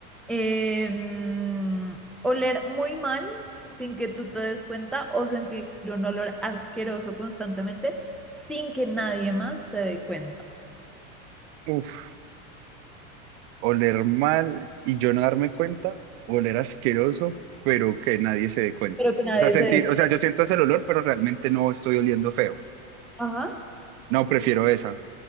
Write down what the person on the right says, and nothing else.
Uf, oler mal y yo no darme cuenta, oler asqueroso, pero que nadie se dé cuenta.
O sea, sentir,
o sea, yo siento ese olor, pero realmente no estoy oliendo feo.
No, prefiero esa.